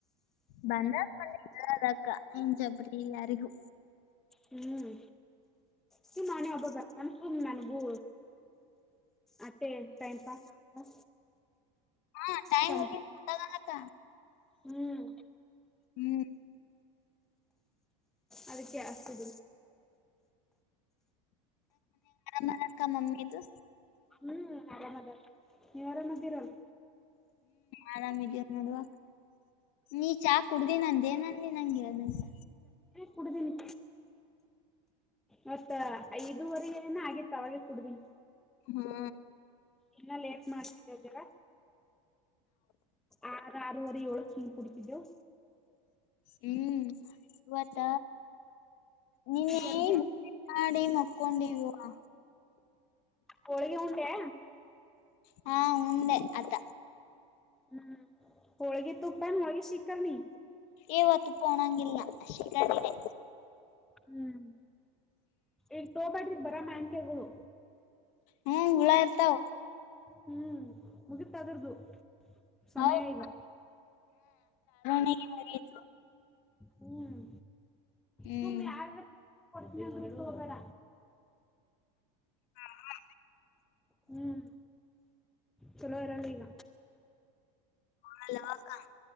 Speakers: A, on the left; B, in the centre.
A: ಬಂದಾಗ ಮಿದ ಅಾ ಏನ್ ಜಬರಿಲ್ಲ ಅರಿಗೂ
B: ಹ್ಮ್ ಸುನೆೇ ಒಬ್ಬ ಬರ್ತಾನ ಸುಮ್ಮ್ ನನಗೂ ಅತ್ತೇ ಟೈಮ್ ಪಾಸ್ ಆ
A: ಹಾ ಟೈಮ್
B: ಸಂ
A: ಮುಗಿತ್ ಗೊತ್ತಾಗಲ್ಲಕ್ಕ
B: ಹ್ಮ್
A: ಹ್ಮ್
B: ಅದಕ್ಕೆ ಆಸುದ
A: ಮರಕ್ಕ ಮಮ್ಮಿದು
B: ಹ್ಮ್ ಆರಾಮ್ ಅದ ನೀವ್ ಆರಾಮದಿರಲ್
A: ಆರಾಮ್ ಇದೇ ನೋಡುವ ನೀ ಚಾ ಕುಡ್ದಿ ನಂದೇ ನ ನಂಗೆಂತ
B: ಕುಡಿದೀನಿ ಮತ್ತ ಐದುವರೆ ಏನ ಆಗಿತ್ತ ಅವಾಗೆ ಕುಡುದನ್
A: ಹಾ
B: ಇನ್ನ ಲೇಟ್ ಮಾಡ್ತಿದದಿರ ಆರ ಆರವರೆ ಏಳಕ್ಕೆ ಹಂ ಕುಡ್ತಿದ್ದೆವು
A: ಹ್ಮ್ ಇ ಮತ್ತ ನೀನ್ನೇ
B: ಜಲ್ದಿ
A: ಮಾಡಿ ಮಕ್ಕೊಂಡಿಲ್ವಾ
B: ಕೊಳಿಗೆಿ ಹಟಾ
A: ಹಾ ಉಂದೆ ಅಕ್ಕ
B: ಹ್ಮ್ ಹೋಳಗಿ ತುಪ್ಪನ್ ಹೋಳಗಿ ಶಿಕರ್ನಿ
A: ಇವತ್ತು ಕೋಣಂಗಿಲ್ಲ ಶ ಗಡಿಗೆ
B: ಹ್ಮ್ ಈಗ ತೋಬಾಡ್ರಿಗ್ ಬರಾ ಮ್ಯಾನ್ಕಗಳು
A: ಹ್ಮ್ ಹುಳಾ ಇರ್ತಾವ
B: ಹ್ಮ್ ಮುಗತದ್ರ್ದು ಸಮಯ
A: ಹೌದ
B: ಈಗ
A: ಹ
B: ಹ್ಮ
A: ಹ್ಮ್
B: ಸುಮ್ಮ್ ಯಡ್ ಬಿಟ್ಟು ಹೋಗೋಡ
A: ಹಾ ಹಾ
B: ಹ್ಮ್ ಚಲೋರಲ್ಲ ಈಗ
A: ಹಲ್ಲಕ